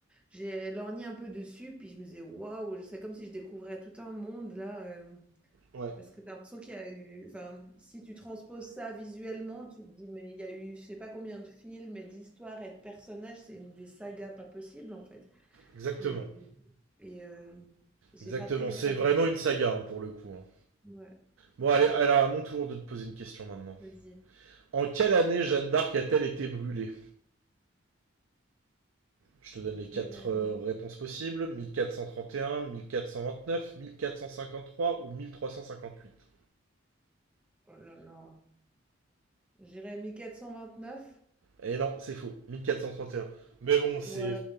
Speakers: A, in the centre; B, on the right (about 80°).
A: j'ai lorgné un peu dessus, puis je me disais, waouh, c'est comme si je découvrais tout un monde là. euh,
B: ouais,
A: Parce que t'as l'impression qu'il y a eu, enfin, si tu transposes ça visuellement, tu te dis, mais il y a eu, je sais pas combien de films et d'histoires et de personnages, c'est une des sagas pas possible en fait.
B: exactement,
A: Et, et, euh, j'ai
B: exactement.
A: raté les
B: C'est
A: sagas.
B: vraiment une saga hein, pour le coup. hein.
A: Ouais,
B: Bon,
A: ok,
B: allez, alors à mon tour de te poser une question maintenant.
A: vas-y.
B: En quelle année Jeanne d'Arc a-t-elle été brûlée Je te
A: En
B: donne les
A: quelle
B: quatre
A: année?
B: euh, réponses possibles, 1431, 1429, 1453 ou 1358.
A: Oh là là. J'irais neuf
B: Et non, c'est faux, 1431. Mais bon,
A: Ouais,
B: c'est